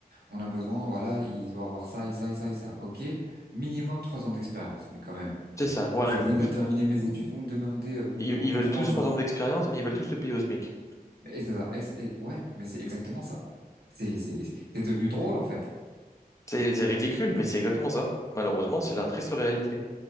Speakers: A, on the right (about 80°); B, on the left (about 20°).
A: On a besoin, voilà, il doit avoir ça et ça et ça et ça, ok? Minimum trois ans d'expérience, mais quand même.
B: c'est ça. Voilà,
A: Je viens de
B: ils,
A: terminer mes études, vous me demandez, vous me
B: ils-
A: demandez
B: ils veulent
A: trois
B: tous trois
A: ans.
B: ans d'expérience, mais ils veulent tous se payer au SMIC.
A: Et c'est ça. Et c'est- et- ouais, mais c'est exactement ça. C'est, c'est, c'est devenu drôle, en fait.
B: C'est c'est ridicule, mais c'est exactement ça. Malheureusement,
A: Ah
B: c'est
A: oui.
B: la triste réalité.